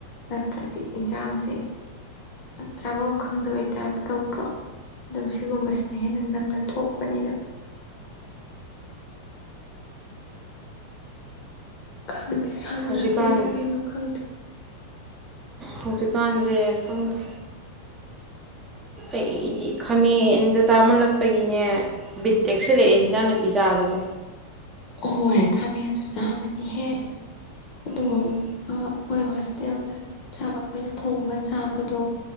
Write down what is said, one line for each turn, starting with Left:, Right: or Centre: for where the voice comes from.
Left: ꯅꯠꯇ꯭ꯔꯗꯤ ꯏꯟꯁꯥꯡꯁꯦ ꯆꯥꯐꯝ ꯈꯪꯗꯕꯩꯇꯞ ꯇꯧꯗ꯭ꯔꯣ ꯑꯗꯨꯝ ꯁꯤꯒꯨꯝꯕꯁꯤꯅ ꯍꯦꯟꯅ ꯅꯝꯅ ꯊꯣꯛꯄꯅꯤꯅ ꯈꯪ ꯁꯥꯒꯠꯂꯛꯄꯩꯔꯥ
Right: ꯍꯧꯖꯤꯛꯀꯥꯟ
Left: ꯀꯩꯅꯣ ꯈꯪꯗꯦ
Right: ꯍꯧꯖꯤꯛꯀꯥꯟꯁꯦ ꯈꯪꯗꯦ ꯑꯩꯗꯤ ꯈꯥꯃꯦꯟꯗꯇꯥꯥꯃꯜꯂꯛꯄꯒꯤꯅꯦ ꯕꯤ ꯇꯦꯛꯁꯜꯂꯛꯑꯦ ꯌꯦꯟꯖꯥꯡ ꯅꯥꯄꯤ ꯆꯥꯕꯁꯦ
Left: ꯍꯣꯏ ꯈꯥꯃꯦꯟꯁꯨ ꯆꯥꯕꯗꯤ ꯍꯦꯛ ꯑꯗꯣ
Right: ꯎꯝ
Left: ꯑꯩꯈꯣꯏ ꯍꯣꯁꯇꯦꯜꯗ ꯆꯥꯛ ꯑꯩꯈꯣꯏꯅ ꯊꯣꯡꯉꯒ ꯆꯥꯕꯗꯣ